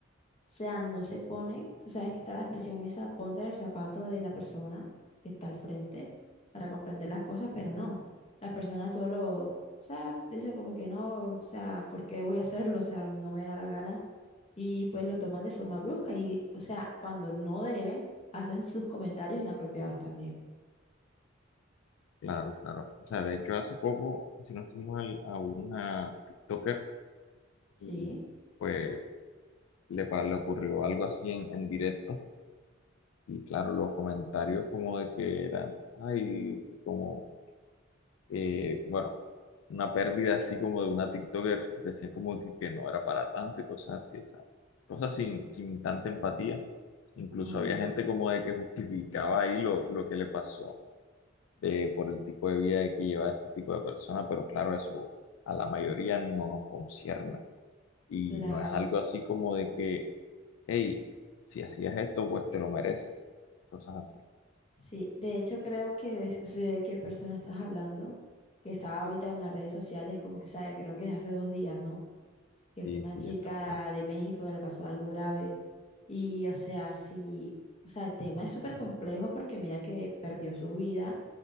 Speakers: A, on the left; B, on the left.
A: o sea, no se pone, tú sabes que está la expresión esa, ponte en el zapato de la persona que está al frente para comprender las cosas, pero no, las personas solo, o sea, dicen como que no, o sea, ¿por qué voy a hacerlo? O sea, no me da la gana y pues lo toman de forma brusca y, o sea, cuando no deben, hacen sus comentarios inapropiados también.
B: Claro, claro. O sea, de hecho, hace poco, si no estoy mal, a una TikToker,
A: Sí,
B: y pues le, pa- le ocurrió algo así en, en directo, y claro, los comentarios como de que eran, ay, como eh, bueno, una pérdida así como de una TikToker, decían como que, que no era para tanto y cosas así, o sea, cosas sin, sin tanta empatía. Incluso
A: ajá,
B: había gente como de que justificaba ahí lo, lo que le pasó eh, por el tipo de vida de que lleva este tipo de persona, pero claro, eso a la mayoría no nos concierne y
A: claro.
B: no es algo así como de que, hey, si hacías esto, pues te lo mereces, cosas así.
A: Sí, de hecho creo que de- sé de qué persona estás hablando, que está ahorita en las redes sociales, como que sabe, creo que hace dos días, ¿no? Que
B: Sí,
A: fue una
B: sí,
A: chica
B: exactamente.
A: de México que le pasó algo grave. Y, o sea, sí, o sea, el tema es súper complejo porque mira que perdió su vida